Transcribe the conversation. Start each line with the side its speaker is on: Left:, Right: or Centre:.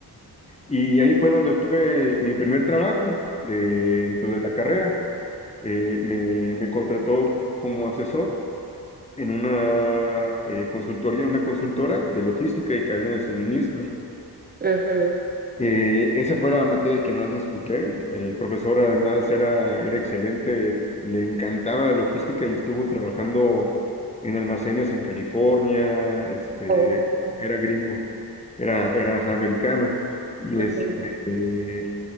Left: y ahí fue donde obtuve mi primer trabajo de- dentro de la carrera eh, me, me contrató como asesor en una eh, consultoría, una consultora de logística y cadena de suministro.
Right: ujú.
Left: Eh, esa fue la materia que más disfruté. El profesor además era, era excelente, le encantaba la logística y estuvo trabajando en almacenes en California, este,
Right: O-
Left: era gringo, era, era americano y
Right: ujú,
Left: este, eh,